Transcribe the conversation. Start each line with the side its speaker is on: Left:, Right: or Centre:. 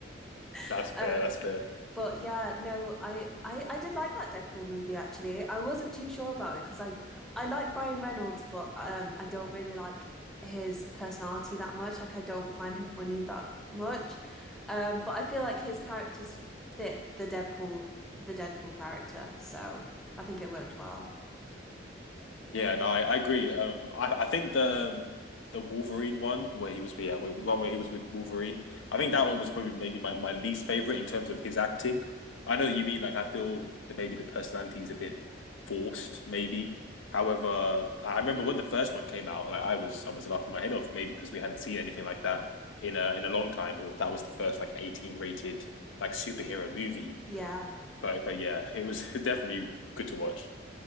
Left: That's
Centre: <laughs>
Left: fair. That's fair.
Centre: But yeah, no, I, I I did like that Deadpool movie actually. I wasn't too sure about it because I I like Ryan Reynolds, but um I don't really like his personality that much. Like I don't find him funny that much. Um, but I feel like his characters fit the Deadpool the Deadpool character, so I think it worked well.
Left: Yeah, no, I, I agree. Um, I, I think the um, the Wolverine one where he was yeah, where, the one where he was with Wolverine. I think that one was probably maybe my, my least favorite in terms of his acting. I know what you mean like I feel that maybe the personality is a bit forced, maybe. However, I remember when the first one came out, like I was I was laughing my head off, maybe because we hadn't seen anything like that in a in a long time, or that was the first like 18 rated like superhero movie.
Centre: Yeah.
Left: But but yeah, it was <laughs> definitely good to watch.